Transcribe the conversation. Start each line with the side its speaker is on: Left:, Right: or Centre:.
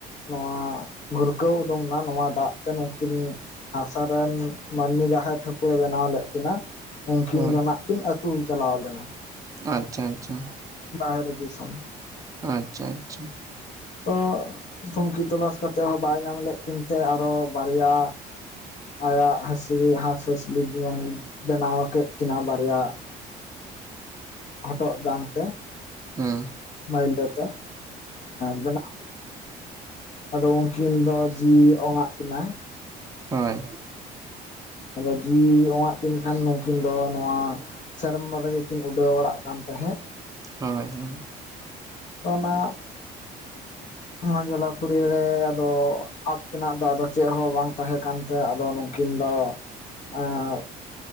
Left: ᱱᱚᱣᱟ ᱵᱷᱩᱨᱠᱟᱹᱣ ᱩᱰᱩᱝ ᱱᱟ ᱱᱚᱣᱟ ᱫᱟᱜ ᱛᱮ ᱱᱩᱠᱤᱱ ᱦᱟᱥᱟ ᱨᱮᱱ ᱢᱟᱹᱱᱢᱤ ᱡᱟᱦᱟᱸᱭ ᱴᱷᱟᱹᱠᱩᱨᱮ ᱵᱮᱱᱟᱣ ᱞᱮᱫ ᱠᱤᱱᱟ᱾ ᱩᱱᱠᱤᱱ
Right: ᱦᱳᱭ
Left: ᱫᱚ ᱱᱟᱜ ᱠᱤᱱ ᱟᱹᱛᱩ ᱪᱟᱞᱟᱣ ᱞᱮᱱᱟ᱾
Right: ᱟᱪᱪᱷᱟ ᱟᱪᱪᱷᱟ᱾
Left: ᱵᱟᱦᱚᱨᱮ ᱫᱤᱥᱚᱢ᱾
Right: ᱟᱪᱪᱷᱟ ᱟᱪᱪᱷᱟ᱾
Left: ᱛᱚ ᱛᱩᱝᱠᱷᱤ ᱛᱚᱞᱟᱥ ᱠᱟᱛᱮᱫ ᱦᱚᱸ ᱵᱟᱭ ᱧᱟᱢ ᱞᱮᱫ ᱠᱤᱱ ᱛᱮ ᱟᱨᱚ ᱵᱟᱨᱭᱟ ᱟᱭᱟᱜ ᱦᱟᱸᱥᱞᱤ ᱦᱟᱸᱥᱼᱦᱟᱸᱥᱞᱤᱵᱚᱱ ᱵᱮᱱᱟᱣ ᱠᱮᱫ ᱠᱤᱱᱟᱹ ᱵᱟᱨᱭᱟ᱾ ᱦᱚᱻᱦᱚᱴᱚᱜ ᱡᱟᱝ ᱛᱮ᱾
Right: ᱦᱩᱸ᱾
Left: ᱢᱟᱭᱞᱟᱹ ᱛᱮ ᱵᱮᱱᱟ ᱟᱫᱚ ᱩᱱᱠᱤᱱ ᱟᱫᱚ ᱡᱤᱣᱤ ᱚᱝ ᱟᱜ ᱠᱤᱱᱟᱭ᱾
Right: ᱦᱳᱭ᱾
Left: ᱟᱫᱚ ᱡᱤᱣᱤ ᱚᱝᱟᱜ ᱠᱤᱱ ᱠᱷᱟᱱ ᱱᱩᱠᱤᱱ ᱫᱚ ᱱᱚᱣᱟ ᱥᱮᱨᱢᱵᱟ ᱨᱮᱜᱮ ᱠᱤᱱ ᱩᱰᱟᱹᱣ ᱵᱟᱲᱟᱜ ᱠᱟᱱ ᱛᱟᱦᱮᱸᱫ᱾
Right: ᱦᱳᱭ ᱦᱳᱭ᱾
Left: ᱚᱱᱟ ᱱᱚᱣᱟ ᱡᱚᱞᱟᱯᱩᱨᱤ ᱨᱮ ᱟᱫᱚ ᱟᱯ ᱛᱮᱱᱟᱜ ᱫᱚ ᱟᱫᱚ ᱪᱮᱫ ᱦᱚᱸ ᱵᱟᱝ ᱛᱟᱦᱮᱸ ᱠᱟᱱ ᱛᱮ ᱟᱫᱚ ᱠᱤᱱ ᱫᱚ ᱮᱸᱜ